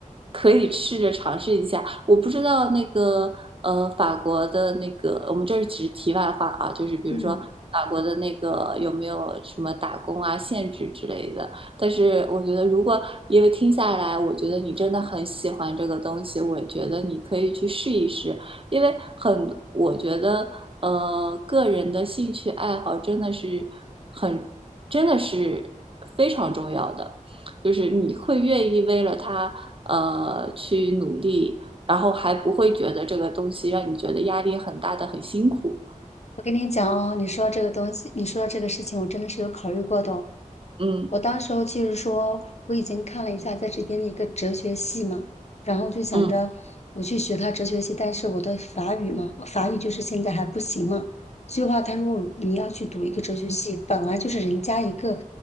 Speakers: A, on the right; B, on the left.
A: 可以试着尝试一下。我不知道那个，呃，法国的那个，我们这儿只是题外话啊，就是比如说法国的那个有没有什么打工啊、
B: 嗯。
A: 限制之类的。但是我觉得，如果因为听下来，我觉得你真的很喜欢这个东西，我觉得你可以去试一试，因为很，我觉得，呃，个人的兴趣爱好真的是。很。真的是非常重要的，就是你会愿意为了他呃去努力，然后还不会觉得这个东西让你觉得压力很大的很辛苦。
B: 我跟你讲哦，你说到这个东西，你说到这个事情，我真的是有考虑过的哦
A: 嗯
B: 我当时候就是说，我已经看了一下在这边的一个哲学系嘛，然后就想着我去学他哲学系，
A: 嗯
B: 但是我的法语嘛，法语就是现在还不行嘛。所以话，他说你要去读一个哲学系，本来就是人家一个